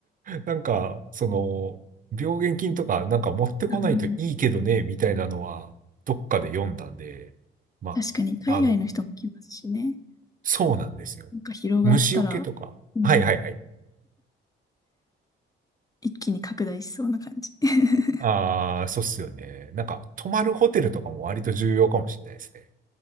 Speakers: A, on the right (about 45°); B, on the left (about 20°).
A: なんか、その、病原菌とかなんか持ってこないといいけどね、
B: うん、
A: みたいなのは、どっかで読んだんで、ま、
B: 確かに海外の人も来ますしね。
A: あの、そうなんですよ。
B: なんか広がったら、
A: 虫除けとか。
B: うん。
A: はいはいはい。
B: 一気に拡大しそうな感じ。<laughs>
A: ああ、そうっすよね。なんか、泊まるホテルとかも割と重要かもしれないですね。